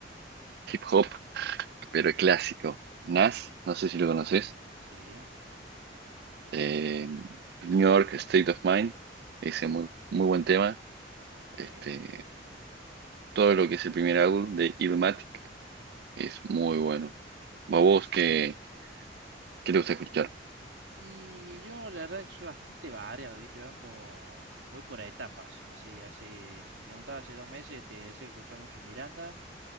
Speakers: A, on the right; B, on the right.
A: hip hop, pero clásico. Nas, no sé si lo conoces.
B: Sí,
A: eh, New York State of Mind, ese muy, muy buen tema.
B: ok,
A: Este,
B: bien.
A: todo lo que es el primer álbum de Illmatic. Es muy bueno. ¿A vos qué, qué te gusta escuchar?
B: Y yo la verdad que soy bastante variado, ¿viste? Van como, voy por etapas, no sé, hace, si me preguntabas hace dos meses, te decía que escuchaba mucho Miranda,